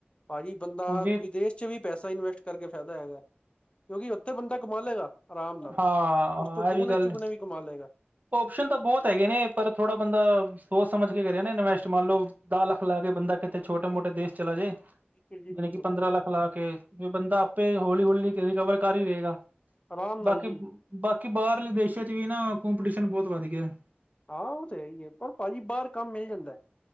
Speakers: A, on the left; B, on the right.
A: ਭਾਜੀ ਬੰਦਾ
B: ਹੁਣ ਵੀ
A: ਵਿਦੇਸ਼ 'ਚ ਵੀ, ਪੈਸਾ ਇਨਵੈਸਟ ਕਰਕੇ ਫਾਇਦਾ ਹੈਗਾ। ਕਿਉਂਕਿ ਉੱਥੇ ਬੰਦਾ ਕਮਾ ਲਏਗਾ ਆਰਾਮ ਨਾਲ,
B: ਹਾਂ
A: ਉਸ
B: ਹਾਂ
A: ਤੋਂ ਦੁਗਣੇ
B: ਇਹ ਵੀ ਗੱਲ
A: -ਚੁਗਣੇ ਵੀ ਕਮਾ ਲਏਗਾ।
B: ਓਪਸ਼ਨ ਤਾਂ ਬਹੁਤ ਹੈਗੇ ਨੇ, ਪਰ ਥੋੜ੍ਹਾ ਬੰਦਾ ਸੋਚ ਸਮਝ ਕੇ ਕਰਿਆ ਨਾ ਇਨਵੈਸਟ, ਮੰਨ ਲਓ ਦੱਸ ਲੱਖ ਲਾ ਕੇ ਬੰਦਾ ਕਿਤੇ ਛੋਟੇ- ਮੋਟੇ ਦੇਸ਼ ਚਲਾ ਜੇ ਯਣੀ
A: ਬਿਲਕੁਲ ਜੀ ਬਿਲਕੁਲ
B: ਕਿ ਪੰਦਰਾਂ ਲੱਖ ਲਾ ਕੇ ਵੀ ਬੰਦਾ, ਆਪੇ ਹੌਲੀ -ਹੌਲੀ ਰਿਕਵਰ ਕਰ ਹੀ ਰਹੇਗਾ।
A: ਆਰਾਮ
B: ਬਾਕੀ,
A: ਨਾਲ ਜੀ
B: ਬਾਕੀ ਬਾਹਰਲੇ ਦੇਸ਼ਾਂ 'ਚ ਵੀ ਨਾ, ਕਪੀਟੀਸ਼ਨ ਬਹੁਤ ਵੱਧ ਗਿਆ।
A: ਹਾਂ ਉਹ ਤੇ ਇ ਹੈ, ਪਰ ਭਾਜੀ ਬਾਹਰ ਕੰਮ ਮਿਲ ਜਾਂਦਾ